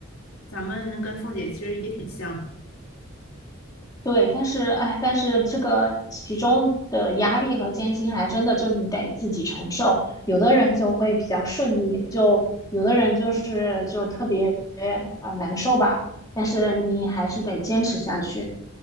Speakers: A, on the left; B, on the left.
A: 咱们跟凤姐其实也挺像的。
B: 对，但是哎，但是这个其中的压力和艰辛，还真的就你得自己承受。有的人就会比较顺利，就有的人就是就特别啊、呃难受吧。但是你还是得坚持下去。